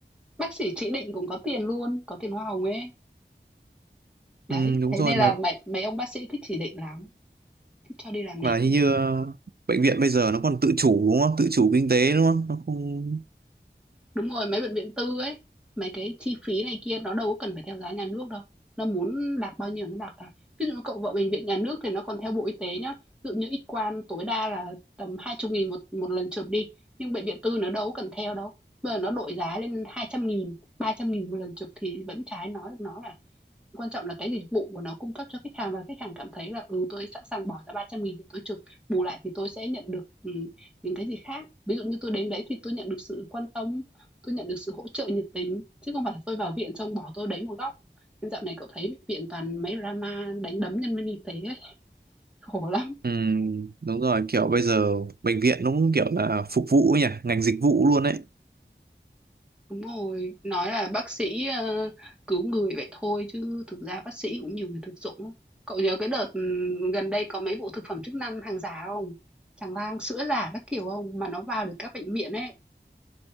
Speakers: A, in the centre; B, on the right.
A: Bác sĩ chỉ định cũng có tiền luôn, có tiền hoa hồng ấy. Đấy,
B: Ừ, đúng
A: thế
B: rồi
A: nên
B: mà
A: là mấy mấy ông bác sĩ thích chỉ định lắm, thích cho đi làm này
B: mà hình
A: kia.
B: như ờ, bệnh viện bây giờ nó còn tự chủ đúng không tự chủ kinh tế đúng không nó không
A: Đúng rồi, mấy bệnh viện tư ấy, mấy cái chi phí này kia nó đâu có cần phải theo giá nhà nước đâu. Nó muốn đạt bao nhiêu nó đạt cả. Ví dụ như cậu vợ bệnh viện nhà nước thì nó còn theo Bộ Y tế nhá. Ví dụ như X quang tối đa là tầm 20 nghìn một một lần chụp đi, nhưng bệnh viện tư nó đâu có cần theo đâu. Bây giờ nó đội giá lên hai trăm nghìn 300.000 một lần chụp thì vẫn trái nói nó là Quan trọng là cái dịch vụ của nó cung cấp cho khách hàng và khách hàng cảm thấy là, ừ, tôi sẵn sàng bỏ ra 300.000 để tôi chụp, bù lại thì tôi sẽ nhận được, ừm, những cái gì khác. Ví dụ như tôi đến đấy thì tôi nhận được sự quan tâm, tôi nhận được sự hỗ trợ nhiệt tình, chứ không phải tôi vào viện xong bỏ tôi đấy một góc. Nên dạo này cậu thấy viện toàn mấy drama đánh đấm nhân viên y tế ấy, khổ lắm.
B: ừ, đúng rồi kiểu bây giờ bệnh viện nó cũng kiểu là phục vụ ấy nhỉ ngành dịch vụ luôn đấy
A: Đúng rồi, nói là bác sĩ, ơ, cứu người vậy thôi chứ thực ra bác sĩ cũng nhiều người thực dụng lắm. Cậu nhớ cái đợt, ừm, gần đây có mấy vụ thực phẩm chức năng hàng giả không? Tràn lan sữa giả các kiểu không? Mà nó vào được các bệnh viện ấy.